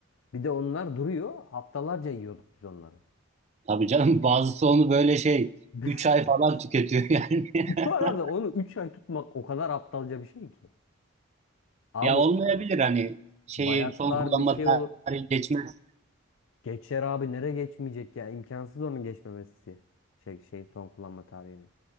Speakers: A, on the left; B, on the right.
A: Bir de onlar duruyor. Haftalarca yiyorduk biz onları.
B: Tabii canım <laughs> bazısı onu böyle şey
A: <laughs>
B: 3 ay falan tüketiyor yani.
A: Bu arada
B: <laughs>
A: onu 3 ay tutmak o kadar aptalca bir şey ki. Abi
B: Ya
A: o
B: olmayabilir hani şeyi
A: bayatlar
B: son kullanma
A: bir şey olur.
B: tarihi geçmez
A: Geçer abi nereye geçmeyecek ya? İmkansız onun geçmemesi. Şey, şeyin son kullanma tarihinin.